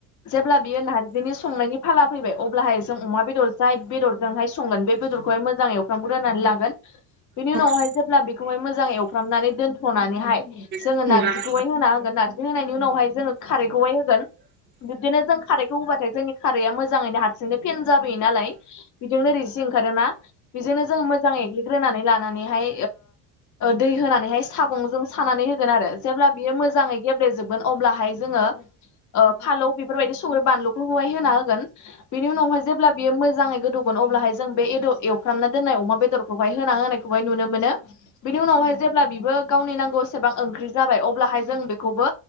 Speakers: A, on the left; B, on the right.
A: जेब्ला बियो नारजिनि संनायनि फाला फैबाय अब्लाहाय जों अमा बेदर जाय बेदरजोंहाय संगोन बेदर बेखौहाय मोजाङै एवफ्रामग्रोनानै लागोन। बेनि उनावहाय
B: उम औ
A: जेब्ला बेखौहाय मोजाङै एवफ्रामनानै दोनथ'नानैहाय जोङो
B: औ
A: नारजिखौहाय होना होगोन नार्जि होनायनि उनावहाय जोङो खारैखौहाय होगोन। बिबदिनो जों खारैखौ होबाथाय जोंनि खारैया मोजाङैनो हारसिंनो फेन जाबोयो नालाय। बेजोंनो ओरैसि ओंखारोना बेजोंनो जों मोजाङै एग्लिग्रोनानै लानानैहाय। दै होनानैहाय सागंजों सानानै होगोन आरो जेब्ला बियो मोजाङै गेब्लेेजोबगोन अब्लाहाय ज फालौ बेफोरबायदि संनि बानलु होना होगोन बेनि उनाव जेब्ला बेयो मोजाङै गोदौगोन अब्लाहाय जों बे एदर एवखामना दोननाय अमा बेदरखौ हाय होना होनायखौहाय नुनो मोनो बिनि उनावहाय जेब्ला बिबो गावनि नांगौसेबां ओंख्रि जाबाय अब्लाहाय जों बेखौबो